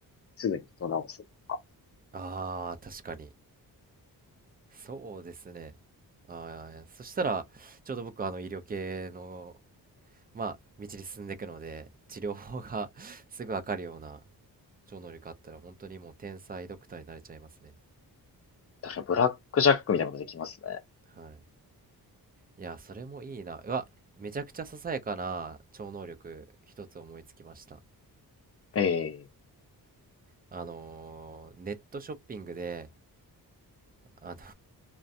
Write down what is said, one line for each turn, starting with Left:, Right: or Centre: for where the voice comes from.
Left: すぐに人を治すとか。
Right: う。ああ、確かに。そうですね。ああ、そしたら、ちょうど僕あの医療系の、まあ、道に進んでいくので、治療法が <laughs> すぐわかるような超能力あったら本当にもう天才ドクターになれちゃいますね。
Left: 確かにブラックジャックみたいなことできますね。
Right: はい。いや、それもいいな。うわ、めちゃくちゃささやかな超能力一つ思いつきました。
Left: ええ
Right: あのーネットショッピングで、あの